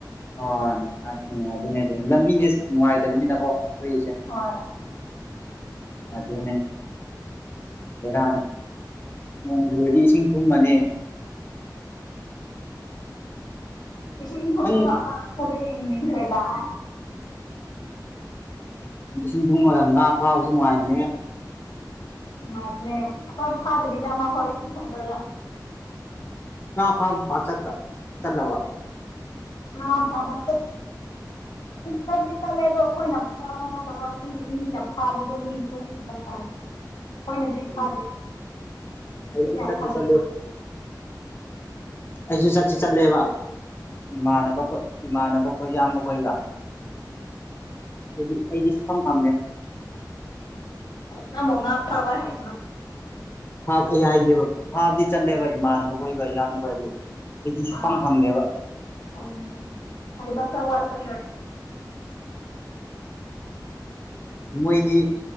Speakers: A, on the left; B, on the left.
A: ꯑꯣ ꯑꯗꯨꯅꯦ ꯑꯗꯨ ꯅꯨꯡꯉꯥꯏꯇꯕꯅꯤꯅꯀꯣ ꯑꯩꯈꯣꯏꯁꯦ
B: ꯍꯣꯏ
A: ꯑꯗꯨꯗꯅꯦ ꯕꯦꯔꯥꯅꯦ ꯅꯣꯡꯖꯨꯨꯔꯗꯤ ꯏꯁꯤꯡ ꯊꯨꯝꯃꯅꯤ
B: ꯏꯁꯤꯡ ꯊꯪꯗ
A: ꯅꯪ
B: ꯅꯤꯡꯈ꯭ꯔ ꯁ
A: ꯏꯁꯤꯡ ꯊꯨꯡꯉꯒ ꯉꯥ ꯐꯥꯕꯁꯨ ꯅꯨꯡꯉꯥꯏꯕꯅꯦ
B: ꯃꯅꯦ ꯑꯩꯣꯏ ꯐꯥꯗꯔꯤꯖꯥꯅꯥ ꯍꯣꯏꯁꯨ ꯊꯪꯝꯕ
A: ꯄ ꯄ ꯆꯠꯠꯇ ꯆꯗꯕ
B: ꯑ ꯊꯕ ꯇ ꯇꯗꯤ ꯇꯠꯂꯦ ꯑꯗꯣ ꯑꯩꯈꯣꯏꯅ ꯐꯥꯕ ꯅꯠꯇꯕ ꯁꯨꯝ ꯃꯤꯅ ꯐꯥꯕꯗꯣ ꯃꯤ ꯇꯨꯡ ꯏꯟꯕ ꯃꯣꯏꯅꯗꯤ
A: ꯎꯝ
B: ꯐꯥꯗꯦ
A: ꯑꯩꯁꯨ
B: ꯃꯤꯅ
A: ꯆꯠꯇꯤ
B: ꯐꯥꯕꯤ
A: ꯆꯠꯂꯦ ꯑꯩꯁꯨ ꯆꯠꯁꯤ ꯆꯠꯂꯦꯕ ꯏꯃꯥꯟꯅꯕ ꯈꯣꯏ ꯏꯃꯥꯟꯅꯕ ꯈꯣꯏ ꯏꯌꯥꯝꯕ ꯈꯣꯏꯒ ꯑꯩꯗꯤ ꯑꯩꯗꯤ ꯁꯐꯝ ꯐꯪꯗꯦ
B: ꯅ ꯃꯉꯥ ꯐꯥꯕꯍꯦ
A: ꯑꯩ ꯍꯥꯏꯒꯦꯕ ꯐꯥꯕꯗꯤ ꯆꯠꯂꯦꯕ ꯏꯃꯥꯟꯅꯕ ꯍꯣꯏꯈ ꯏꯌꯥꯝꯕ ꯍꯣꯏ ꯑꯗꯨ ꯑꯩꯗꯤ ꯁꯨꯐꯪ
B: ꯑ
A: ꯐꯪꯗꯦꯕ
B: ꯎ ꯍꯕ ꯁ ꯋꯥꯔꯄ
A: ꯃꯣꯏꯅꯤ